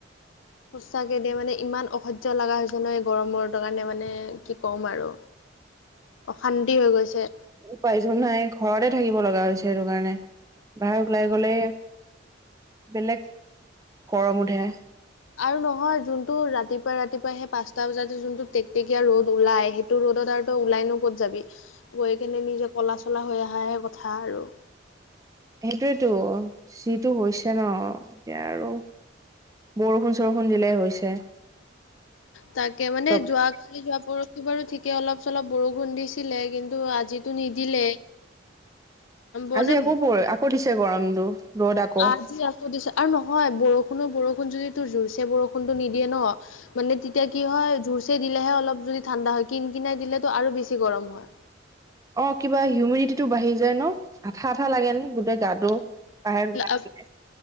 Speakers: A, on the left; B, on the right.
A: সোচাকে দিয়া মানে ইমান অসজীয় লগা হৈ হৈছে নয় গৰমৰ কাৰণে মানে কি ক'ম আৰু। অশান্তি হৈ গৈছে।
B: উপাৰজন নাই ঘৰতে থাকিব লগা হৈছে সেইটো কাৰণে বাহিৰ ওলাই গলে বেলেগ গৰম উঠে।
A: আৰু নহয় যোনটো ৰাতিপুৱাই ৰাতিপুৱাই সেই পাঁচটা বজাতে যোনটো টেকটেকীয়া ৰ'দ ওলাই সেই তোৰ ৰ'দত আৰু তো ওলাইনো ক'ত যাবি গৈ কেনে নিজে ক'লা চলা হৈ অহাইাহে কথা আৰু।
B: সেইটোৱেতো যিটো হৈছে ন এতিয়া আৰু বৰষুণ চৰষুণ দিলাই হৈছে।
A: তাকে মানে
B: উম
A: যোৱ কালি যোৱা পৰশি বাৰু ঠিকে অলপ চলপ বৰষুণ দিছিলে। কিন্তু যিটো নিদিলে মানে
B: আজি আকৌ আকৌ দিছে গৰমটো। ৰ'দ আকৌ
A: আজি আকৌ দিছো আৰু নহয় বৰষুণো বৰষুণ যদি তোৰ জুৰছে বৰষুণতটো নিদিয়ে ন। মানে তেতিয়া কি হয় জোৰচ দিলেহে অলপ যদি ঠাণ্ডা হয় কিন কিনাই দিলেতো আৰু বেছি গৰম হয়।
B: অ', কিবা হিউমিডিটিটো বাঢ়ি যায় ন! আঠা আঠা লাগেন গোটেই গাটো বাহিৰত ওলাই
A: অ
B: আহিলে।